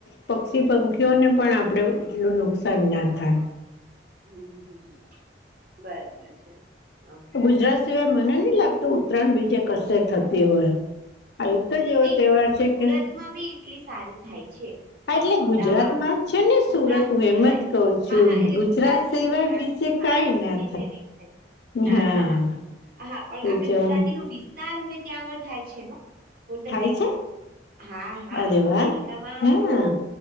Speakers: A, on the left; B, on the right.
A: પક્ષી પંખીઓને પણ આપડે એટલું નુકસાન ના થાય.
B: હમ હમ હમ હહ બરોબર છે. હ હ
A: ગુજરાત સિવાય મને નહી લાગતું ઉત્તરાયણ બીજે કશે થતી હોય આ તો જેવ
B: નહી
A: તેવાર છે
B: સુરતમાં
A: કે
B: બી એટલી સારી થાય છે.
A: હા
B: અ
A: એટલે
B: અમદાવાદ,
A: ગુજરાતમાં જ છે ને
B: ગુજરાત
A: સુરત હું
B: સિવાય
A: એમ જ કઉ
B: હા
A: છું
B: હા એટલે ગુજરાત
A: સિવાય
B: એવી ઉતરાયણ
A: બીજે
B: હા
A: કઈ ના
B: બીજે નહી થાય. ના
A: હા
B: ના ના ના હા પણ
A: એ
B: આપડે
A: તો
B: ગુજરાતી નો વિસ્તાર હોય ત્યાં આગળ થાય છે હહ. હું તમને
A: થાય છે
B: કઉં હા હા
A: અરે
B: અમેરિકામાં
A: વાહ હા
B: તો